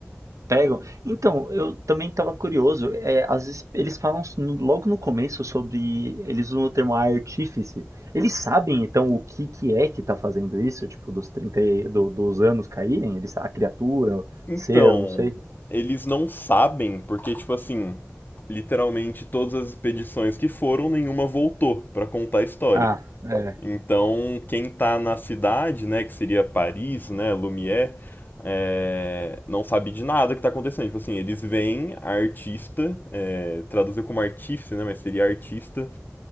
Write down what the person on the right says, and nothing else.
Pegam? Então, eu também estava curioso. é, às vezes eles falam s- no- logo no começo sobre. Eles usam o termo artífice. Eles sabem, então, o que que é que está fazendo isso? Tipo, dos 30, e- do- dos anos caírem? Eles, a criatura, o
ser, eu não sei.
Ah, é.